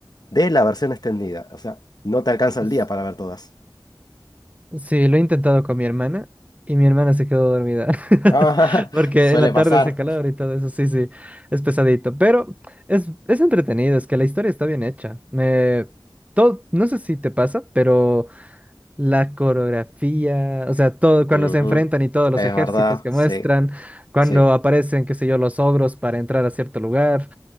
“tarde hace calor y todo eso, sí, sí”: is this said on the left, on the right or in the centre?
Right